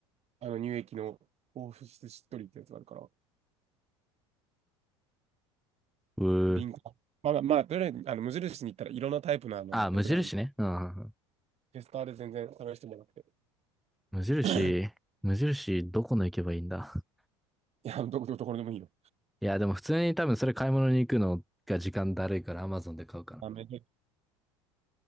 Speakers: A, on the right; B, in the centre.
A: あの、乳液の高保湿しっとりってやつがあるから、
B: うー。
A: 瓶が。まあまあ、まあとりあえず、あの、無印に行ったらいろんなタイプのあの、
B: あ、無印ね。
A: やつがあるフェ
B: うん
A: テスターで全然探してもらって。
B: 無印、
A: <coughs>
B: 無印、どこの行けばいいんだ。<laughs>
A: いや、どこ、どこでもいいよ。
B: いや、でも普通に多分それ買い物に行くのが時間だるいから Amazon で買うかな。
A: あ、めで。